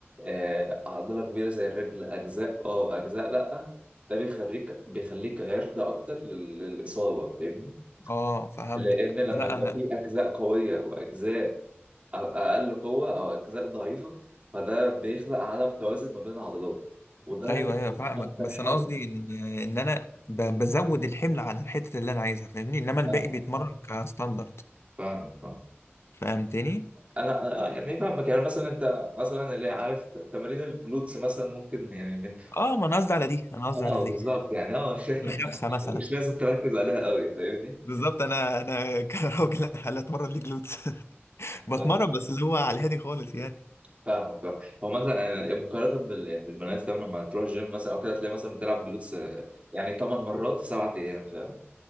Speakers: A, on the right; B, on the left.
A: آه، عضله كبيره زي الرجل اجزاء اه اجزاء لا ده بيخليك بيخليك عرضه اكتر لل- للاصابه فاهمني
B: اه فهمتك
A: لان لما
B: لا
A: يبقى
B: انا
A: في اجزاء قويه واجزاء أ- اقل قوه او اجزاء ضعيفه فده بيخلق عدم توازن ما بين العضلات وده
B: ايوه
A: يمكن
B: ايوه فاهمك
A: اكتر
B: بس
A: حاجه
B: انا قصدي ان ان انا ب- بزود الحمل على الحتت اللي انا عايزها فاهمني انما الباقي
A: فاهمك
B: بيتمرن
A: فاهمك
B: كستاندرد
A: فاهمك فاهمك.
B: فهمتني
A: انا آه، آه، يعني فاهمك يعني مثلا انت مثلا اللي عارف ت- تمارين الجلوتس مثلا ممكن يعني من-
B: اه ما انا قصدي على دي انا قصدي
A: اه
B: على دي
A: بالظبط يعني اه مش
B: الخفسه
A: <laughs>
B: مثلا
A: مش لازم تركز عليها قوي فاهمني
B: بالظبط انا انا <laughs> كراجل هل اتمرن ليه جلوتس <laughs> بتمرن
A: آه،
B: بس اللي هو على الهادي خالص يعني
A: فاهمك فاهم. هو مثلا أنا مقارنه بال يعني بالبنات فاهم لما تروح الجيم مثلا او كده تلاقي مثلا بتلعب جلوتس آه، يعني 8 مرات في 7 ايام فاهم